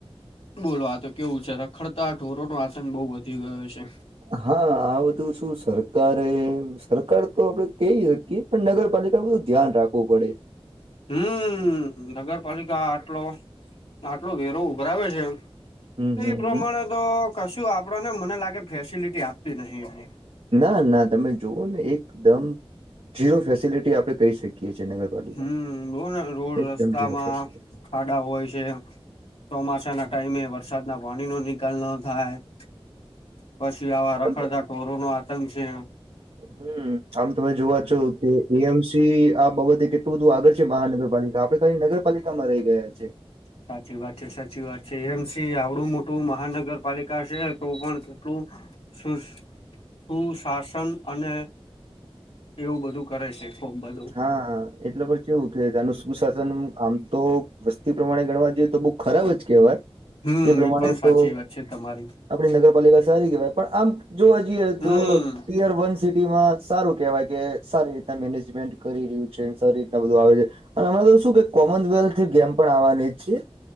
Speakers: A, on the left; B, on the right.
A: બોલો આતો કેવું છે, રખડતા ઢોરો નો આતંક બઉ વધી ગયો છે.
B: હા. આ બધું શું સરકારે સરકાર તો આપડે કહી શકીએ, પણ નગર પાલિકા બધું ધ્યાન રાખવું પડે.
A: હમ્મ. નગરપાલિકા આટલો-આટલો વેરો ઉઘરાવે છે
B: હમ્મ-હમ્મ.
A: એ પ્રમાણે તો કશું આપડા ને, મને લાગે ફેસિલિટી આપતી નહિં એટલી.
B: ના, ના, તમે જોઓ ને એકદમ ઝીરો ફેસિલિટી આપડે કહી શકીએ છીએ નગર પાલિકાની,
A: હમ્મ જો ને રોડ
B: એકદમ
A: રસ્તામાં
B: જીરો ફેસિલિટી.
A: ખાડા હોય છે ચોમાસા ના
B: હા,
A: ટાઈમે વરસાદ ના પાણી નો નિકાલ ન થાય પછી આવા રખડતા
B: તમે
A: ઢોરો નો આતંક છે
B: હમ્મ. આમ તમે જવ ઈ એમ સી આ બાબત તે કેટલું બધું આગળ છે મહાનગરપાલિકા, આપડે ખાલી નગરપાલિકામાં રહી ગયા છે.
A: સાચી વાત છે, સાચી વાત છે. એમ એ સી આવડું મોટું મહાનગરપાલિકા છે, તો પણ કેટલું સુસ સુશાસન અને એવું બધું કરે છે. ખુબ બધું
B: હા, એટલે પછ કેવું કે તાનું સુશાસન આમ તો વસ્તી પ્રમાણે ગણવા જોઈએ, તો બહુ ખરાબ જ કેહેવાય.
A: હમ
B: એ પ્રમાણે
A: પણ
B: તો
A: સાચી વાત છે તમારી
B: આપડી નગરપાલિકા સારી કહેવાય, પણ આમ જોવા જઈએ
A: હમ
B: તો યર વન સિટીમાં સારું કહેવાય કે સારી રીતના મેનેજમેન્ટ કરી રહ્યું છે ને સારી રીતના બધું આવે છે. અને આમાં તો શું કે કોમનવેલ્થ ગેમ પણ આવવાની છે,